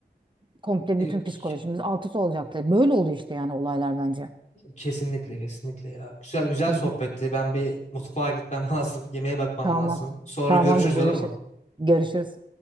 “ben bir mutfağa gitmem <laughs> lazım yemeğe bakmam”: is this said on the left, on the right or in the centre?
Left